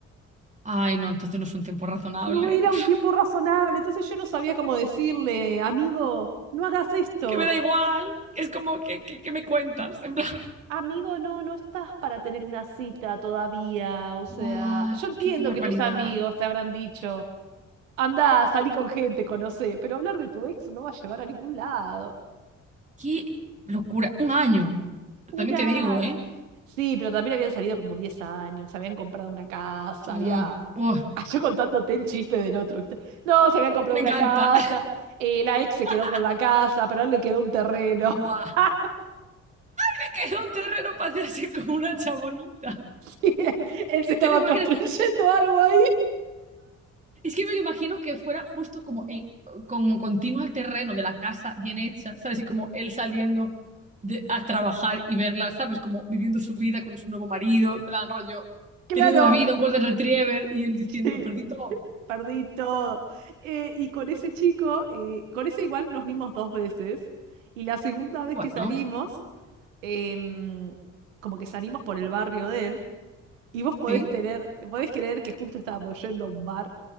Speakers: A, on the right (about 20°); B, on the right (about 85°).
A: Ay, no, entonces no es un tiempo razonable.
B: No era
A: <laughs>
B: un tiempo razonable, entonces yo no sabía cómo decirle, amigo, no hagas esto.
A: Que me da igual, que es como que, que- que me cuentas, en plan.
B: Amigo, no, no estás para tener una cita todavía. O sea,
A: ¡Guau!
B: yo entiendo
A: ¡Qué barbaridad!
B: que tus amigos te habrán dicho, anda, salí con gente, conocé, pero hablar de tu ex no va a llevar a ningún lado.
A: ¡Qué locura! Un año.
B: Jurar.
A: También te digo, ¿eh?
B: Sí, pero también habían salido como 10 años, habían comprado una casa,
A: Mm,
B: había...
A: ¡buah!
B: Ah, yo contándote el chisme del otro, ¿viste? No, se habían comprado
A: me
B: una
A: encanta.
B: casa, eh, la ex se
A: <laughs>
B: quedó con la casa, pero a él le quedó un terreno.
A: ¡Buah!
B: <laughs>
A: Me quedó un terreno para hacerse con una chabolita.
B: Sí, él, él se estaba
A: ¿Te lo imaginas?
B: construyendo algo ahí.
A: Es que me lo imagino que fuera justo como, eh, como continuo al terreno de la casa bien hecha, ¿sabes? Y como él saliendo de- a trabajar y verla, ¿sabes? Como viviendo su vida con su nuevo marido, en plan rollo,
B: Claro,
A: teniendo una vida, un golden retriever, y él diciendo,
B: sí.
A: lo perdí todo.
B: Perdí todo. Eh, y con ese chico, eh, con ese igual nos vimos dos veces. Y la segunda vez
A: Bueno,
B: que salimos, em, como que salimos por el barrio de él. Y vos podés
A: sí.
B: tener, podés creer que justo estábamos yendo a un bar